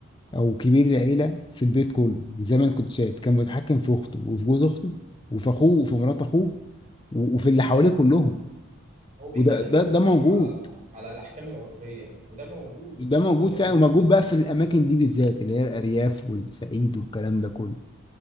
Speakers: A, on the left; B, on the right.
A: او كبير العيله في البيت كله زي ما انا كنت شايف كان متحكم في اخته وفي جوز اخته وفي اخوه وفي مرات اخوه و- وفي اللي حواليه كلهم
B: هو بيتكلم
A: وده ده
B: بصفة
A: ده موجود
B: عامة على ال- على الاحكام العرفية وده موجود
A: ده موجود
B: وده موجود
A: فعلا وموجود
B: ده
A: بقى في الاماكن دي بالذات اللي هي الارياف والصعيد والكلام ده كله